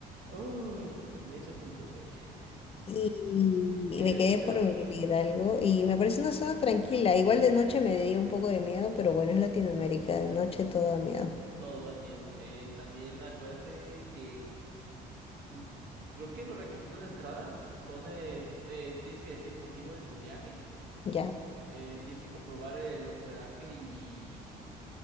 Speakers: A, on the right; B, on the left.
A: Uy, en Chapultepec.
B: Y y
A: He
B: me
A: escuchado
B: quedé por Miguel Hidalgo y me parece una zona tranquila. Igual de noche me dio un poco de miedo, pero bueno, es Latinoamérica, de noche todo da miedo.
A: Todo da miedo. Eh, también acuérdate que mm, creo que los requisitos de entrada son, eh, eh, tienes que decir el motivo de tu viaje,
B: Ya.
A: eh, tienes que comprobar el hospedaje y,